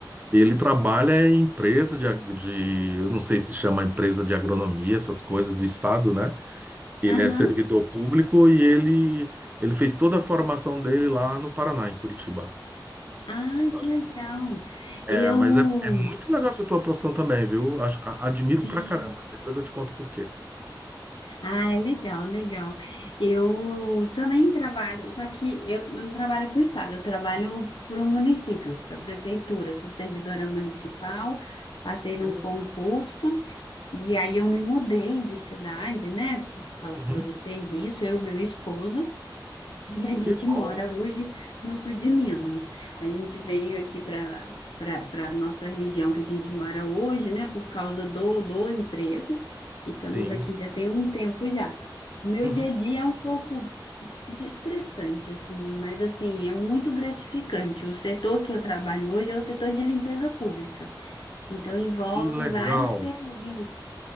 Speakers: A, on the right (about 20°); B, on the left (about 75°).
A: Ele trabalha em empresa de, ag- de, eu não sei se chama empresa de agronomia, essas coisas do estado, né? Ele
B: Aham.
A: é servidor público e ele, ele fez toda a formação dele lá no Paraná, em Curitiba.
B: Ah,
A: tu sabe?
B: que legal. Eu,
A: É, mas é, é muito legal essa tua profissão também, viu? Acho- a- admiro
B: sim.
A: pra caramba. Depois eu te conto por quê.
B: Ah, legal, legal. Eu também trabalho, só que eu não trabalho para o estado, eu trabalho para o município, para a prefeitura. Sou servidora municipal, passei num
A: Bacana.
B: concurso e aí eu me mudei de cidade, né, por causa
A: Uhum.
B: do serviço, eu e meu esposo. E a gente
A: Que bom.
B: mora hoje no sul de Minas. A gente veio aqui para para a nossa região que a gente mora hoje, né, por causa do, do emprego. E estamos
A: Sim.
B: aqui já tem um tempo já. Meu
A: Uhum.
B: dia a dia é um pouco es- de- estressante, assim, mas assim, é muito gratificante. O setor que eu trabalho hoje é o setor de limpeza pública. Então envolve
A: Que legal.
B: vários serviços